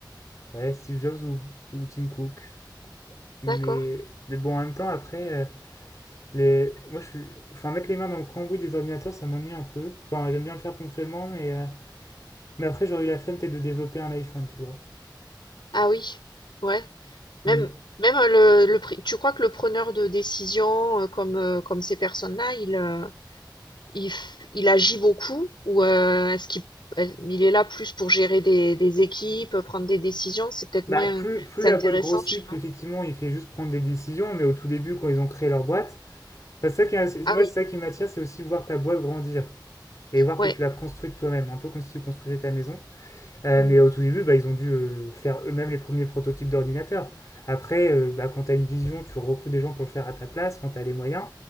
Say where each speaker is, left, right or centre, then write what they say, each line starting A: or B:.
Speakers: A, on the left; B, on the left.
A: ouais, Steve Jobs ou, ou Tim Cook. Mais,
B: D'accord.
A: mais bon, en même temps, après, euh, les... moi, je suis... enfin, mettre les mains dans le cambouis des ordinateurs, ça m'ennuie un peu. Enfin, j'aime bien le faire ponctuellement, mais, euh, mais après, j'aurais eu la flemme peut-être de développer un iPhone, tu vois.
B: Ah oui. Ouais. Même,
A: Hmm.
B: même euh, le, le, pri- tu crois que le preneur de décision, euh, comme, euh, comme ces personnes-là, il, euh, il, f- il agit beaucoup ou euh, est-ce qu'il euh, il est là plus pour gérer des, des équipes, euh, prendre des décisions? C'est peut-être
A: Bah,
B: moins,
A: plus,
B: euh,
A: plus
B: c'est
A: la
B: intéressant,
A: boîte grossit,
B: je sais
A: plus
B: pas.
A: effectivement, il fait juste prendre des décisions, mais au tout début, quand ils ont créé leur boîte, enfin, c'est ça qui, est-
B: Ah
A: moi,
B: oui,
A: c'est ça qui m'attire, c'est aussi voir ta boîte grandir et voir
B: ouais,
A: que tu l'as construite toi-même, un peu comme si tu construisais ta maison. Euh,
B: mm,
A: mais au tout début, bah, ils ont dû euh, faire eux-mêmes les premiers prototypes d'ordinateurs. Après, euh, bah, quand tu as une vision, tu recrutes des gens pour le faire à ta place, quand tu as les moyens.